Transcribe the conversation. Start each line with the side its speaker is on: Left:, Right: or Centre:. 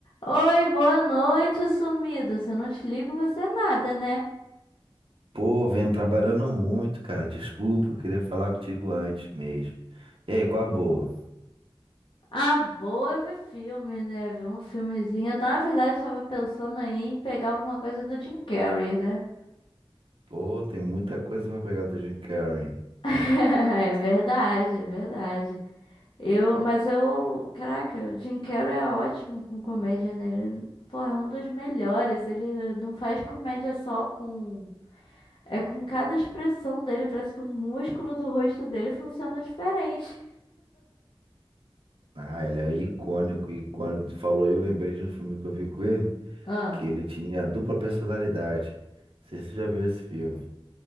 Left: Oi, boa noite, sumido. Se eu não te ligo, você é nada, né?
Right: Pô, venho trabalhando muito, cara. Desculpa, eu queria falar contigo antes mesmo. E aí, qual a boa?
Left: Ah, boa é ver filme, né? Ver um filmezinho. Eu, na verdade, tava pensando aí em pegar alguma coisa do Jim Carrey, né?
Right: Pô, tem muita coisa pra pegar do Jim Carrey.
Left: <laughs> É verdade, é verdade. Eu, mas eu, caraca, o Jim Carrey é ótimo com comédia, né? Ele, porra, é um dos melhores. Ele não faz comédia só com, é com cada expressão dele, parece que o músculo do rosto dele funciona diferente.
Right: Ah, ele é icônico, icônico. Tu falou e eu lembrei de um filme que eu vi com ele,
Left: Ah.
Right: que ele tinha dupla personalidade. Não sei se você já viu esse filme.